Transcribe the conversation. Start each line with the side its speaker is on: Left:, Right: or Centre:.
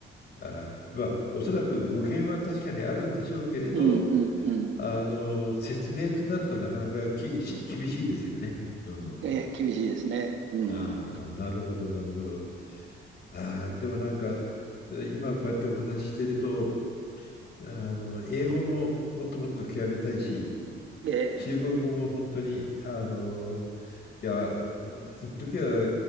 Left: あー、まあ、おそらく語源は確かにあるんでしょうけれど、
Right: うんうんうん。
Left: あの、説明となるとなかなかきし厳しいですよね。うん。
Right: ええ、厳しいですね。うん。
Left: ああ、なるほど、なるほど。ああ、でもなんか、今こうやってお話ししてると、あの、英語ももっともっと極めたいし、
Right: ええ。
Left: 中国語も本当に、あの、いや、一時は、